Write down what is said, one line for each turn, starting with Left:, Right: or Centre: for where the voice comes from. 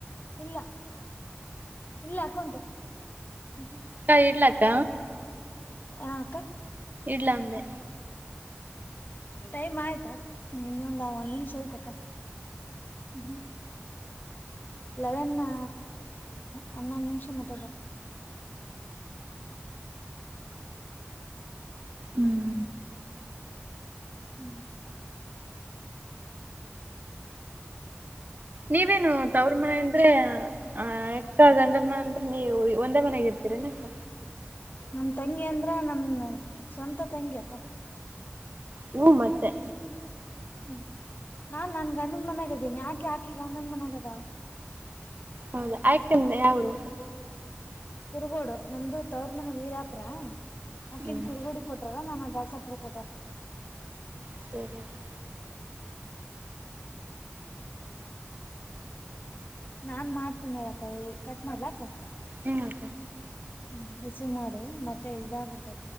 Left: ಇಲ್ಲ ಇಲ್ಲ ಅಕೌಂಟ್. <unintelligible>
Right: ಅಕ್ಕ ಇಡ್ಲಕ್ಕ
Left: ಹಾ ಅಕ್ಕಾ.
Right: ಇಡ್ಲಾ ಅಂದೆ.
Left: ಟೈಮ್ ಆಯ್ತಾ ಅಕ್ಕಾ ಇನ್ನೊಂದ ಒಂದ ನಿಮಿಷ ಐತಕ್ಕ <unintelligible> ಲೆವೆನ್ ನಾ ಹನ್ನೊಂದು ನಿಮಿಷ ಮಾತಾಡ್ ಬೇಕು.
Right: ಹ್ಮ್
Left: ಹ್ಮ್
Right: ನೀವೇನು ತವ್ರ ಮನೆ ಅಂದ್ರೆ ಆ ಎಕ್ಕ ಗಂಡರ ಮನೆ ಅಂದ್ರೆ ನೀವು ಒಂದೇ ಮನೆಗ್ ಇರ್ತೀರನ ಅಕ್ಕ.
Left: ನಮ್ ತಂಗಿ ಅಂದ್ರ ನಾನ್ ಸ್ವಂತ ತಂಗಿ ಅಕ್ಕ.
Right: ಹೂ ಮತ್ತೇ.
Left: ಹ್ಮ್ ನಾನ್ ನನ್ ಗಂಡನ್ ಮನ್ಯಾಗಿದ್ದೀನಿ ಯಾಕೆ ಆಕೆ ಗಂಡನ ಮನ್ಯಾಗ್ ಅದಳ.
Right: ಹೌದಾ ಆಯ್ಕ್ತಿಂದ ಯಾವರು.
Left: ಕುರುಗೋಡು ನಮ್ದು ತವರ್ ಮನ ವೀರಾಪುರಾ ಆಕೀನ್
Right: ಹ್ಮ್
Left: ಕುರ್ಗೋಡಿಗ್ <unintelligible>
Right: <unintelligible>
Left: ನಾನ್ ಮಾಡ್ತೀನಿ ಹೇಳಕ ಈ ಕಟ್ ಮಾಡ್ಲಾ ಅಕ್ಕಾ.
Right: ಹ್ಮ
Left: ಹ್ಮ್ ರಿಸೀವ್ ಮಾಡೇ ಮತ್ತೆ ಇದಾಗ ಬಿಡ್ತಾ